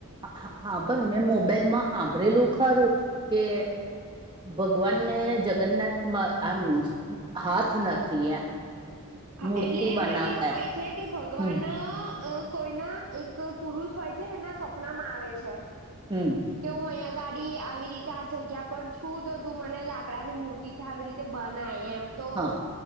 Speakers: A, on the right; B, on the right.
A: હા, હા, પણ મેં મોબાઈલમાં હાભરેલું ખરું કે ભગવાનને જગન્નાથમાં આમ હાથ નથી એમ
B: હ
A: મૂર્તિ
B: એટલે એમાં
A: બનાવતા
B: કેવું હોય
A: એમ
B: છે કે ભગવાન
A: હમ
B: અ કોઈના એક પુરુષ હોય છે ને એના સપના માં આવે છે
A: હમ
B: કે હું અહીંયા ગાડી આવી રીતે આ જગ્યા પર છું તો તું મને લાકડા ની મૂર તીથી આવી રીતે બનાય એમ તો
A: હા